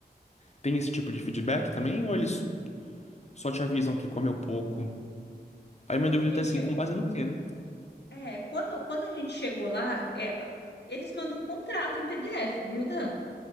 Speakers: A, on the left; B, on the left.
A: Tem esse tipo de feedback também? Ou eles só te avisam que comeu pouco. Aí
B: quando
A: minha dúvida
B: a gente
A: é assim,
B: chegou,
A: com base no quê, né?
B: é, quando, quando a gente chegou lá, é, eles mandam um contrato em PDF, viu, Dan?